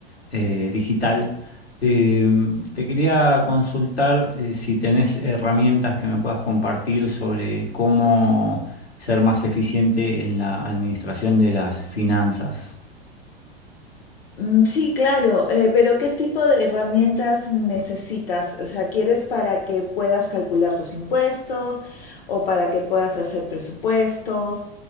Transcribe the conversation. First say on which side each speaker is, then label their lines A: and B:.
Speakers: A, on the left (about 80°); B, on the left (about 65°).
A: eh, digital. Eh, te quería consultar eh, si tenés herramientas que me puedas compartir sobre cómo ser más eficiente en la administración de las finanzas.
B: Mm, Sí, claro, eh, pero ¿qué tipo de herramientas necesitas? O sea, ¿quieres para que puedas calcular tus impuestos o para que puedas hacer presupuestos?